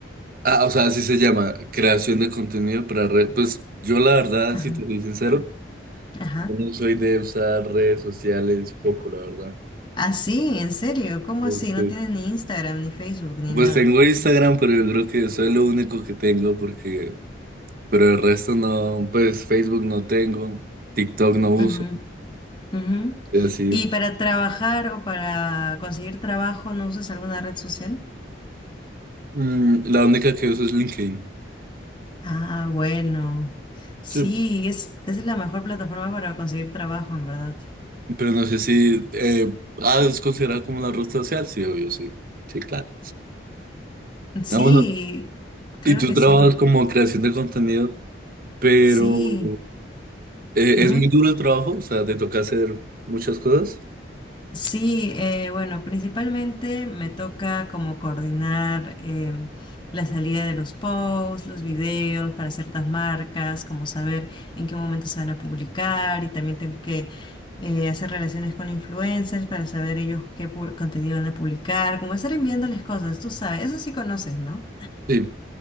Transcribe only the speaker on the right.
Ah, o sea, así se llama, creación de contenido para redes. Pues yo la verdad,
si te soy sincero,
yo no soy de usar redes sociales poco, la verdad.
Porque,
Pues
tengo Instagram, pero yo creo que eso es lo único que tengo porque pero el resto no, pues Facebook no tengo, TikTok no uso,
es decir,
mm, la única que uso es LinkedIn.
Sí,
pero no sé si eh, ah, es considerada como una red social, sí, obvio, sí. Sí, claro.
Ah, bueno,
y tú
trabajas
como creación de contenido, pero
eh,
es muy duro el trabajo, o sea, te toca hacer muchas cosas.
Sí.